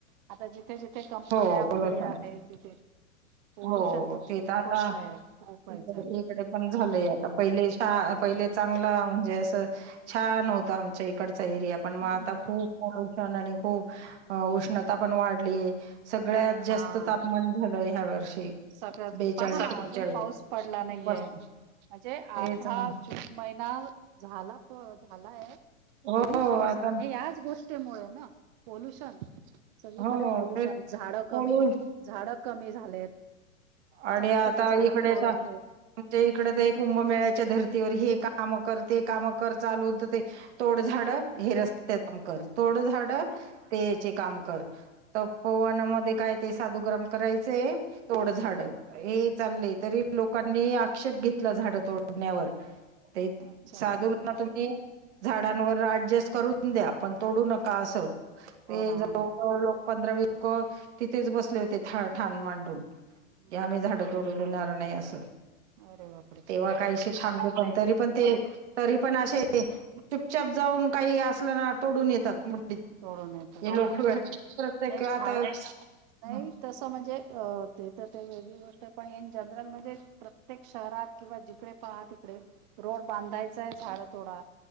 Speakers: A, on the right; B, on the right.
A: आता जिथ जिथ कंपन्या
B: हो हो
A: वगैरे
B: पोल्युशन
A: आहेत तिथे पोल्युशन
B: हो
A: तर
B: ते
A: खूपच
B: आता
A: आहे. खूपचाय
B: इकडे इकडे पण झालंय आता पहिले शा पहिले चांगलं म्हणजे असं छान होतं आमच्या इकडचा एरिया. पण मग
A: हम्म
B: आता
A: हम्म
B: खूप
A: हम्म
B: पल्युशन आणि खूप अ उष्णता पण वाढली. सगळ्यात जास्त
A: हा
B: तापमान झालंय ह्या वर्षी
A: सगळ्यात.
B: बेचाळीस
A: पहा ना
B: त्रेचाळीस
A: अजून पाऊस पडला नाहीये.
B: पस्तीस
A: म्हणजे आर्धा
B: तेच ना
A: जून महिना झाला प झालाय
B: हो
A: तरी पाऊस
B: आता
A: नाही हे याच गोष्टी - टी मुळे ना पोल्युशन सगळीकडे
B: हो
A: पोल्युशन
B: तेच
A: झाडं
B: पोलू
A: कमी झाडं कमी झालेत
B: आणि
A: सगळीकडे
B: आता
A: झाडं
B: इकडे
A: तोडवतय
B: तर आमच्या इकड तर एक कुंभमेळ्याच्या धर्तीवर हे काम कर ते काम कर चालू होत ते तोड झाड हे रस्ते काम कर तोड झाड ते चे काम कर तपवन मध्ये काय ते साधूग्राम करायचय तोड झाड हे चालले तरी लोकांनी आक्षेप घेतला झाडं तोड -- तोडण्यावर ते
A: अच्छा
B: साधूंना तुम् झाडांवर अऍडजस्ट करून द्या. पण तोडू नका असं
A: हो
B: ते
A: ना
B: जवळ
A: हो ना.
B: <unintelligible> पंधरा वी लोक तिथेच बसले होते ठाण मांडून.
A: हम्म
B: की आम्ही झाड तोडू देणार नाही असं
A: अरे बापरे
B: तेव्हा काहीशी थांबले. पण
A: नाही
B: तरी पण ते तरी पण अशे चुपचप जाऊन काही असलं ना तोडून येतात. हे
A: तोडू नयेत हा.
B: लोक प्रत्येक
A: नाही झाड
B: आता हम्
A: नाही तसं म्हणजे अ ते तर ते वेगळी गोष्ट पण इन जनरल म्हणजे प्रत्येक शहरात किंवा जिकडे पहा तिकडे रोड बांधायचाय झाडं तोडा